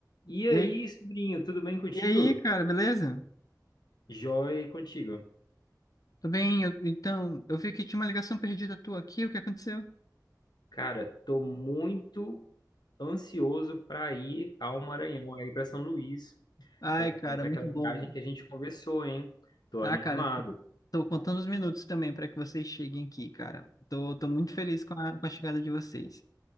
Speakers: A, on the left; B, on the left.
A: E aí,
B: E aí,
A: sobrinho, tudo bem contigo?
B: e aí, cara, beleza?
A: Joia e contigo.
B: Tô bem, eu- então, eu vi que tinha uma ligação perdida tua aqui, o que aconteceu?
A: Cara, tô muito ansioso para ir ao Maranhão, aí para São Luís,
B: Ai,
A: é,
B: cara,
A: para
B: muito
A: aquela
B: bom.
A: viagem que a gente conversou, hein? Tô
B: Ah,
A: animado.
B: cara, tô, tô contando os minutos também pra que vocês cheguem aqui, cara. Tô, tô muito feliz com a, com a chegada de vocês.